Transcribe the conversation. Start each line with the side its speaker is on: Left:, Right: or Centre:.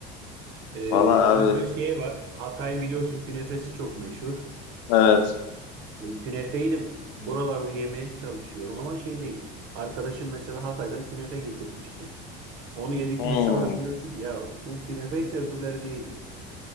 Right: Ee,
Left: Valla abi.
Right: mesela şey var. Hatay'ın biliyorsun künefesi çok meşhur.
Left: Evet.
Right: E, künefeyi de buralarda yemeye çalışıyorum ama şey değil. Arkadaşım mesela Hatay'dan künefe getirtmişti. Onu yedikten
Left: Hı.
Right: <laughs> sonra diyorsun ki ya bu künefe ise öbürleri neydi?